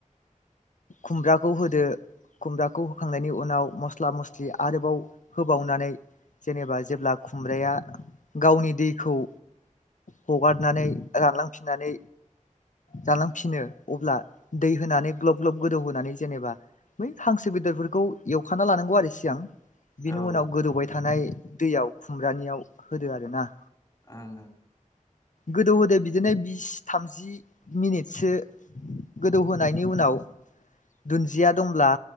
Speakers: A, on the left; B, on the left.
A: खुमब्राखौ होदो खुमब्राखौ होखांनायनि उनाव मस्ला मस्लि आरोबाव होबावनानै जेनेबा जेब्ला खुमब्राया गावनि दैखौ हगारनानै रानलांफिननानै जालांफिनो अब्ला दै होनानै ग्लब ग्लब गोदौहोनानै जेनेबा बै हांसो बेदरफोरखौ एवखाना लानांगौ आरो सिगां बेनि
B: औ ओं
A: उनाव गोदौबाय थानाय दैयाव खुमब्रानियाव होदो आर ना
B: आं
A: गोदौ होदो बिदिनो बिस थामजि मिनिटसो गोदौ होनायनि उनाव नाव दुन्जिया दंब्ला